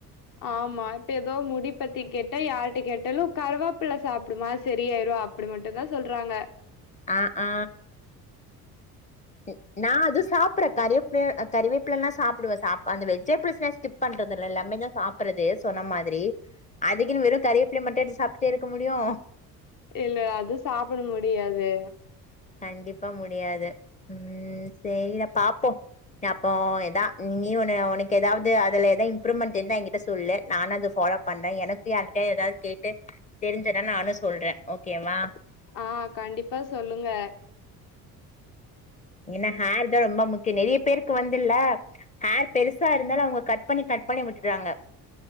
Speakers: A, on the left; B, on the left.
A: ஆமா இப்ப ஏதோ முடி பத்தி கேட்டா யார்ட்ட கேட்டாலும் கருவப்பல சாப்டுமா சரி ஆயிரும் அப்டி மட்டும் தா சொல்றாங்க
B: ஆ ஆ ம் நா அது சாப்பற கருவப்வேப்ல கறிவேப்பிலலாம் சாப்டுவேன் சாப்ப அந்த வெஜிடபிள்ஸ் ஸ்கிப் பண்றது இல்ல எல்லாமே தா சாப்படுறது சொன்ன மாதிரி அதுக்குன் வெறும் கருவேப்பில மட்டும் சாப்ட்டே இருக்க முடியும்
A: இல்ல அது சாப்பட முடியாது
B: கண்டிப்பா முடியாது ம் சேரிடா பாப்போம் அப்போ எதா நீ ஒண்ணு ஒனக்கு ஏதாது அதுல எத இம்ப்ரூவ்மெண்ட் இருந்தா என்கிட்ட சொல்லு நான் அது ஃபாலோ பண்றேன் எனக்கு யாருக்கிட்டா ஏதாது கேட்டு தெரிஞ்சதா நானும் சொல்றேன் ஓகேவா
A: ஆ கண்டிப்பா சொல்லுங்க
B: ஏன்னா ஹார் தான் ரொம்ப முக்கியம் நெறய பேருக்கு வந்துல ஹேர் பெருசா இருந்தாலும் அவங்க கட் பண்ணி கட் பண்ணி விட்டுட்றாங்க